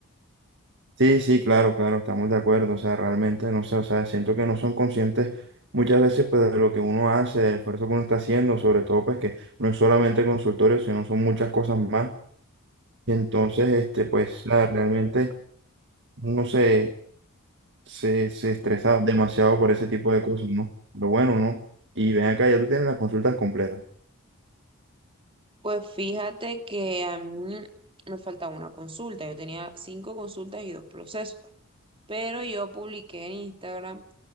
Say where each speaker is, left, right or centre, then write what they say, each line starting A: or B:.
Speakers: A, on the right (about 60°); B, on the right (about 25°).
A: Sí, sí, claro, claro, estamos de acuerdo, o sea, realmente, no sé, o sea, siento que no son conscientes muchas veces, pues, de lo que uno hace, del esfuerzo que uno está haciendo, sobre todo, pues, que no es solamente consultorio, sino son muchas cosas más. Entonces, este, pues nada, realmente uno se, se, se estresa demasiado por ese tipo de cosas, ¿no? Lo bueno, ¿no? Y ven acá, ya tú tienes las consultas completas.
B: Pues fíjate que a mí me faltaba una consulta. Yo tenía cinco consultas y dos procesos, pero yo publiqué en Instagram,